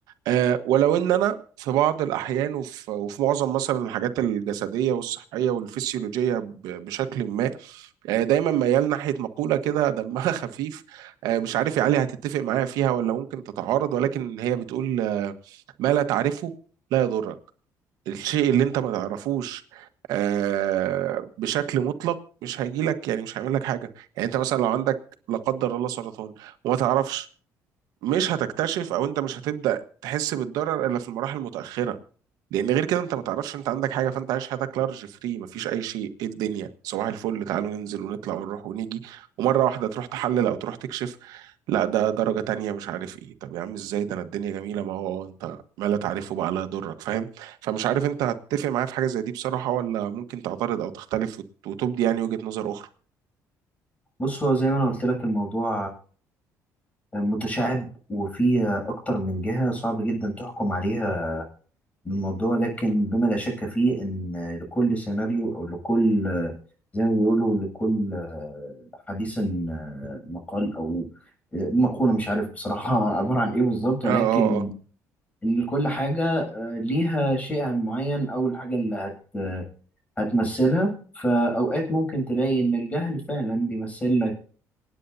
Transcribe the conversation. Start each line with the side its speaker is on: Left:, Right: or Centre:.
Right: آه، ولو ان انا في بعض الاحيان وفي, وفي معظم مثلا الحاجات الجسديه والصحيه والفسيولوجيه ب- بشكل ما آه، دايما ميال ناحيه مقوله كده دمها <laughs> خفيف آه، مش عارف يا علي هتتفق معايا فيها ولا ممكن تتعارض ولكن هي بتقول آه، ما لا تعرفه لا يضرك الشيء اللي انت ما تعرفوش آه، بشكل مطلق مش هيجي لك يعني مش هيعمل لك حاجه يعني انت مثلا لو عندك لا قدر الله سرطان وما تعرفش مش هتكتشف او انت مش هتبدا تحس بالضرر الا في المراحل المتاخره لان غير كده انت ما تعرفش انت عندك حاجه فانت عايش حياتك لارج فري مفيش اي شيء ايه الدنيا صباح الفل تعالوا ننزل ونطلع ونروح ونيجي ومره واحده تروح تحلل او تروح تكشف لا ده درجه تانية مش عارف ايه طب يا عم ازاي ده انا الدنيا جميله ما هو انت ما لا تعرفه بقى لا يضرك فاهم فمش عارف انت هتتفق معايا في حاجه زي دي بصراحه ولا ممكن تعترض او تختلف وت- وتبدي يعني وجهه نظر اخرى
Left: بص هو زي ما أنا قلت لك الموضوع آه، متشعب وفيه آه، أكتر من جهة صعب جدا تحكم عليها من الموضوع لكن بما لا شك فيه ان لكل سيناريو او لكل زي ما بيقولوا لكل حديث مقال او مقولة مش عارف بصراحة <laughs> عبارة عن ايه بالظبط ولكن
Right: اه اه
Left: ان كل حاجة ليها شيئها المعين او الحاجة اللي هت هتمثلها فاوقات ممكن تلاقي ان الجهل فعلا بيمثل لك